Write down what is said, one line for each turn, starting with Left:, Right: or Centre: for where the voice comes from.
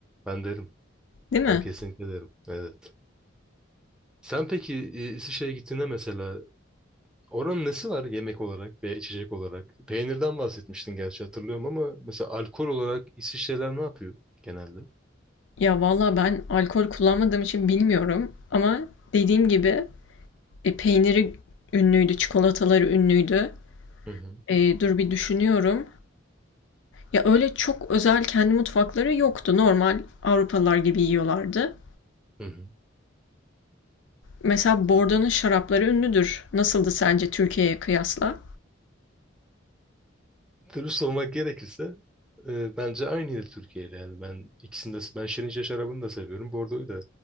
Centre: Ben derim.
Left: Değil mi?
Centre: Ben kesinlikle derim. Evet. Sen peki e, İsviçre'ye gittiğinde mesela Oranın nesi var yemek olarak veya içecek olarak? Peynirden bahsetmiştin gerçi hatırlıyorum ama mesela alkol olarak İsviçreler ne yapıyor genelde?
Left: Ya valla ben alkol kullanmadığım için bilmiyorum ama dediğim gibi e, peyniri ünlüydü, çikolataları ünlüydü.
Centre: Hı hı.
Left: E, dur bir düşünüyorum. Ya öyle çok özel kendi mutfakları yoktu. Normal Avrupalılar gibi yiyorlardı.
Centre: Hı hı.
Left: Mesela Bordeaux'un şarapları ünlüdür. Nasıldı sence Türkiye'ye kıyasla?
Centre: Dürüst olmak gerekirse e, bence aynıydı Türkiye ile. Yani ben ikisini de ben Şirince şarabını da seviyorum. Bordo'yu da.